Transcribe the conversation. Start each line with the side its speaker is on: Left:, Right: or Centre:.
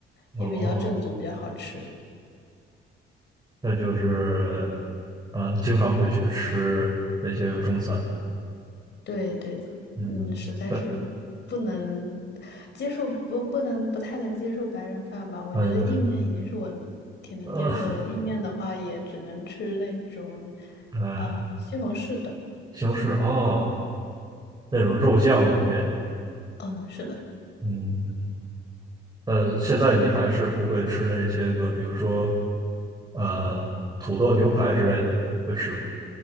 Right: 嗯哦，
Left: 也比较正宗，比较好吃。
Right: 那就是啊，经常会去吃那些个中餐。
Left: 对对的，
Right: 嗯，
Left: 嗯，实在是不能
Right: 但
Left: 接受，不不能不太能接受白人饭吧。我觉得意面已经是我
Right: 嗯
Left: 挺能接受的了，
Right: 嗯。呃
Left: 意面的话也只能吃那种，
Right: 哎
Left: 呃，西红柿的。
Right: 西红柿哦，那种肉酱面，
Left: 嗯，是的，
Right: 嗯，呃，现在你还是不会吃那些个，比如说呃土豆牛排之类的，会吃吗？